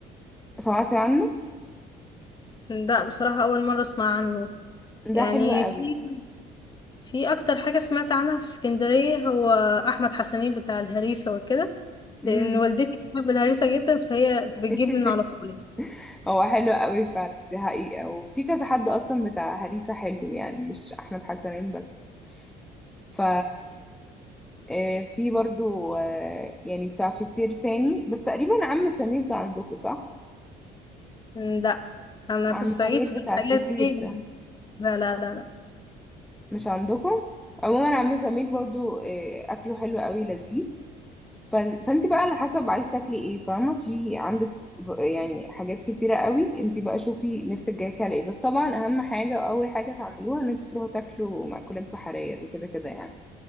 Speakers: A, in the centre; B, on the left (about 25°).
A: سمعتي عنه
B: لا بصراحة أول مرة أسمع عنه يعني
A: ده حلو قوي
B: في في أكتر حاجة سمعت عنها في اسكندرية هو أحمد حسنين بتاع الهريسة وكده
A: امم
B: لأن والدتي بتحب الهريسة جدا فهي
A: <laughs>
B: بتجيب منه على طول
A: هو حلو قوي فعلا دي حقيقة وفي كذا حد اصلا بتاع هريسة حلو يعني مش احمد حسنين بس ف آه، في برضو آه، يعني بتاع فطير تاني بس تقريبا عم سمير ده عندكم صح؟
B: يعني. لا أنا
A: عم
B: في الصعيد
A: سمير
B: في
A: بتاع
B: الحاجات
A: الفطير
B: دي
A: ده
B: لا لا لا لا
A: مش عندكم عموما عم سمير برضو آه، اكله حلو قوي لذيذ ف- فانت بقى على حسب عايز تاكلي ايه فاهمه في عندك ف- يعني حاجات كتيره قوي انت بقى شوفي نفسك جايك على ايه بس طبعا اهم حاجه واول حاجه تعملوها ان انتوا تروحوا تاكلوا مأكولات بحريه ده كده كده يعني